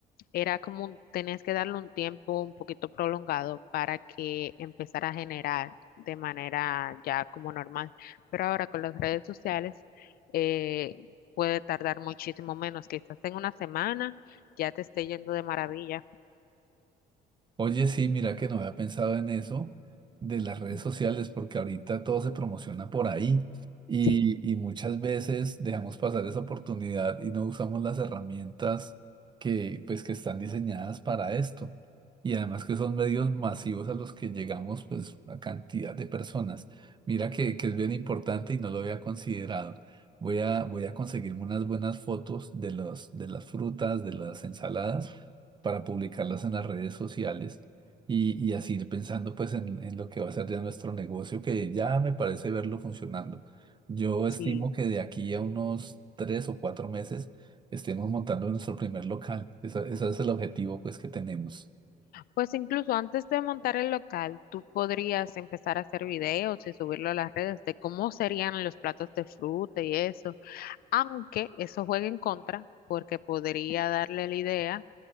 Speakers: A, on the left; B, on the right.
A: era como un- tenías que darle un tiempo un poquito prolongado para que empezara a generar de manera ya como normal. Pero ahora con las redes sociales eh, puede tardar muchísimo menos, quizás en una semana ya te esté yendo de maravilla.
B: Oye, sí, mira que no había pensado en eso de las redes
A: Ujú.
B: sociales, porque ahorita todo se promociona por ahí y,
A: Sí,
B: y muchas veces dejamos pasar esa oportunidad y no usamos las herramientas que, pues, que están diseñadas para esto. Y además que son medios masivos a los que llegamos, pues, a cantidad de personas. Mira que, que es bien importante y no lo había considerado. Voy a, voy a conseguirme unas buenas fotos de los, de las frutas, de las ensaladas para publicarlas en las redes sociales y, y así ir pensando pues en, en lo que va a ser ya nuestro negocio, que ya me parece verlo funcionando. Yo
A: sí.
B: estimo que de aquí a unos tres o cuatro meses estemos montando nuestro primer local. Esa- ese es el objetivo pues que tenemos.
A: Pues incluso antes de montar el local, tú podrías empezar a hacer videos y subirlo a las redes de cómo serían los platos de fruta y eso, aunque eso juegue en contra, porque podría darle la idea